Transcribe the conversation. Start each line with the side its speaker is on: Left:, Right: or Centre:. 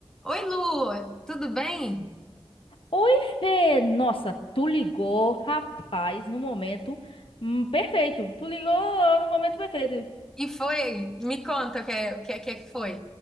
Centre: Oi, Lu, tudo bem?
Left: Oi, Fê! Nossa, tu ligou, rapaz, no momento hum, perfeito. Tu ligou no momento perfeito.
Centre: E foi? Me conta o que é, o que é, o que é que foi.